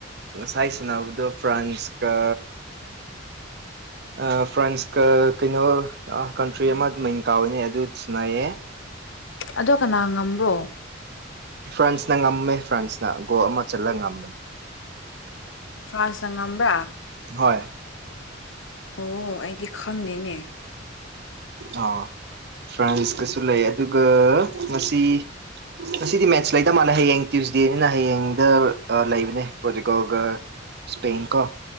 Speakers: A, on the right (about 55°); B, on the left (about 75°).
A: ꯉꯁꯥꯏ ꯁꯥꯟꯅꯕꯗꯣ ꯐ꯭ꯔꯥꯟꯁꯀ ꯑ ꯐ꯭ꯔꯥꯟꯁꯀ ꯀꯩꯅꯣ ꯀꯟꯇ꯭ꯔꯤ ꯑꯃ ꯃꯤꯡ ꯀꯥꯎꯋꯤꯅꯦ ꯑꯗꯨ ꯁꯅꯩꯌꯦ
B: ꯑꯗꯣ ꯀꯅꯥ ꯉꯝꯕ꯭ꯔꯣ
A: ꯐ꯭ꯔꯥꯟꯁꯅ ꯉꯝꯃꯦ ꯐ꯭ꯔꯥꯟꯁꯅ ꯒꯣ ꯑꯃ ꯆꯠꯂꯒ ꯉꯝꯕꯅꯤ
B: ꯐ꯭ꯔꯥꯟꯁꯅ ꯉꯝꯕ꯭ꯔꯥ
A: ꯍꯣꯏ
B: ꯑꯣ ꯑꯩꯗꯤ ꯈꯪꯗꯦꯅꯦ
A: ꯑꯣ ꯐ꯭ꯔꯥꯟꯁꯀꯁꯨ ꯂꯩ ꯑꯗꯨꯒ ꯉꯁꯤ ꯑꯁꯤꯗꯤ ꯃꯦꯠꯁ ꯂꯩꯇ ꯃꯥꯜꯂꯦ ꯍꯌꯦꯡ ꯇ꯭ꯌꯨꯁꯗꯦꯅꯤꯅ ꯍꯌꯦꯡꯗ ꯂꯩꯕꯅꯦ ꯄ꯭ꯔꯣꯇꯤꯒꯜꯒ ꯁ꯭ꯄꯦꯟ ꯀꯣ